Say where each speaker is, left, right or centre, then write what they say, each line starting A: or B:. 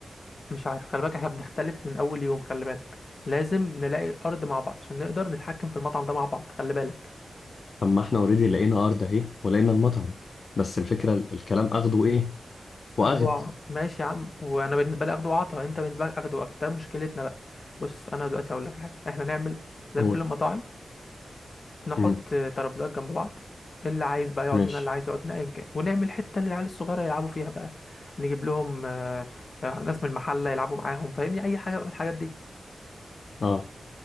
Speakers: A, on the left (about 45°); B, on the left (about 60°).
A: مش عارف خلي بالك احنا بنختلف من اول يوم خلي بالك لازم نلاقي الارض مع بعض عشان نقدر نتحكم في المطعم ده مع بعض خلي بالك
B: طب ما احنا اوريدي لقينا ارض اهي ولقينا المطعم بس الفكره ال- الكلام اخده ايه واخد
A: اخده وع- ماشي يا عم وانا بالنسبه لي اخده وعطا انت بالنسبه لك اخده وعطا ده مشكلتنا بقى بص انا دلوقتي هقول لك حاجه احنا نعمل زي
B: هو
A: كل المطاعم نحط
B: امم
A: ترابيزات جنب بعض اللي عايز بقى يقعد
B: ماشي
A: هنا اللي عايز يقعد هنا ايا كان ونعمل حته للعيال الصغيره يلعبوا فيها بقى نجيب لهم آه، آه، ناس من المحله يلعبوا معاهم فاهمني اي حاجه بقى من الحاجات دي
B: اه